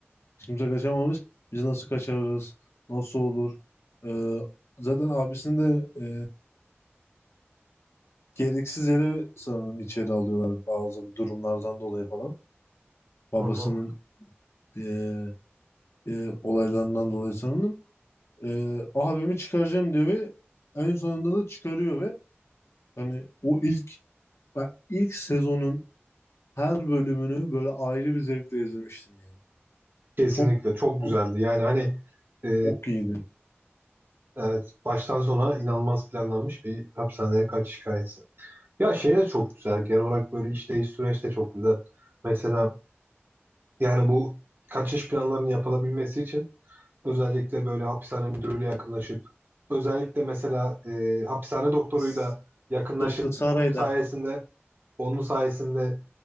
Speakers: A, on the left; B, on the right.
A: Hiç kimse kaçamamış. Biz nasıl kaçarız? Nasıl olur? Ee, zaten abisini de e, gereksiz yere sanırım içeri alıyorlar bazı durumlardan dolayı falan. Babasının
B: Hı hı.
A: e, e, olaylarından dolayı sanırım. Ee, abimi çıkaracağım diyor ve en sonunda da çıkarıyor ve Hani o ilk ben ilk sezonun her bölümünü böyle ayrı bir zevkle izlemiştim ya.
B: Kesinlikle
A: Çok
B: çok güzeldi.
A: çok
B: Yani hani e,
A: çok iyiydi.
B: Evet, baştan sona inanılmaz planlanmış bir hapishaneye kaçış hikayesi. Ya şey de çok güzel. Genel olarak böyle işleyiş süreç de çok güzel. Mesela yani bu kaçış planlarının yapılabilmesi için özellikle böyle hapishane müdürüyle yakınlaşıp özellikle mesela e, hapishane doktoruyla
A: S-
B: yakınlaşıp
A: Dr. Sara'yla
B: onun sayesinde onun sayesinde